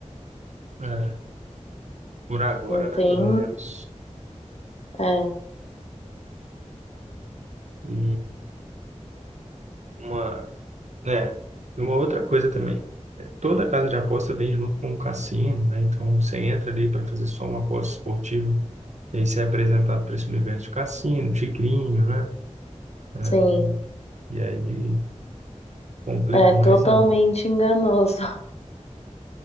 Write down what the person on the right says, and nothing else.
É, por agora,
né? Pelo menos.
E uma, né? Uma outra coisa também. toda casa de aposta vem junto com o cassino, né? Então você entra ali para fazer só uma aposta esportiva, e aí você é apresentado para esse universo de cassino, tigrinho, né? É,
E aí complica
mais
ainda.